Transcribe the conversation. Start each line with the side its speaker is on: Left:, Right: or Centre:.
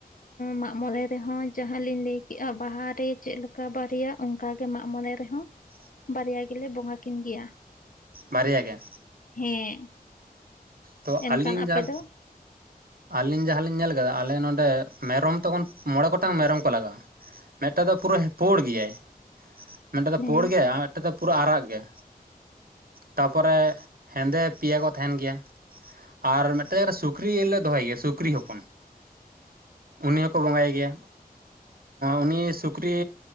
Left: ᱢᱟᱜ ᱢᱚᱬᱮ ᱨᱮᱦᱚᱸ ᱡᱟᱦᱟᱸ ᱞᱤᱧ ᱞᱟᱹᱭ ᱠᱮᱜ-ᱟ ᱵᱟᱦᱟᱨᱮ ᱪᱮᱫᱮᱠᱟ ᱵᱟᱨᱭᱟ ᱚᱱᱠᱟ ᱜᱮ ᱢᱟᱜ ᱢᱚᱱᱮ ᱨᱮᱦᱚᱸ
Right: <unintelligible>
Left: ᱵᱟᱨᱭᱟ ᱜᱮᱞᱮ ᱵᱚᱸᱜᱟ ᱠᱤᱱ ᱜᱮᱭᱟ᱾
Right: ᱵᱟᱨᱭᱟ ᱜᱮ?
Left: ᱦᱮᱸ᱾
Right: ᱛᱚ
Left: ᱮᱱᱠᱷᱟᱱ
Right: ᱟᱹᱞᱤᱧ
Left: ᱟᱯᱮ
Right: ᱡᱟᱦᱟᱸ
Left: ᱫᱚ
Right: ᱟᱹᱞᱤᱧ ᱡᱟᱦᱟᱸᱞᱤᱧ ᱧᱮᱞ ᱠᱟᱫᱟ, ᱟᱞᱮ ᱱᱚᱸᱰᱮ ᱢᱮᱨᱚᱢ ᱛᱚᱠᱷᱚᱱ ᱢᱚᱬᱮ ᱜᱚᱴᱟᱝ ᱢᱮᱨᱚᱢ ᱠᱚ ᱞᱟᱜᱟᱜ-ᱟ᱾ ᱢᱮᱫᱴᱟᱝ ᱫᱚ ᱯᱩᱨᱟᱹ ᱯᱳᱲ ᱜᱮᱭᱟᱭ ᱢᱤᱫᱴᱟᱝ ᱫᱚ
Left: ᱦᱮᱸ
Right: ᱯᱳᱲ ᱜᱮᱭᱟᱭ ᱟᱨ ᱢᱤᱫᱴᱟᱝ ᱫᱚ ᱯᱩᱨᱟᱹ ᱟᱨᱟᱜ ᱜᱮ ᱛᱟᱯᱚᱨᱮ ᱦᱮᱸᱫᱮ ᱯᱮᱭᱟ ᱠᱚ ᱛᱟᱦᱮᱱ ᱜᱮᱭᱟ, ᱟᱨ ᱢᱤᱫᱴᱮᱱ ᱥᱩᱠᱨᱤᱞᱮ ᱫᱚᱦᱚᱭ ᱜᱮᱭᱟ ᱥᱩᱠᱨᱤ ᱦᱚᱯᱚᱱ᱾ ᱩᱱᱤ ᱦᱚᱸᱠᱚ ᱵᱚᱸᱜᱟᱭ ᱜᱮᱭᱟ, ᱩᱱᱤ ᱥᱩᱠᱨᱤ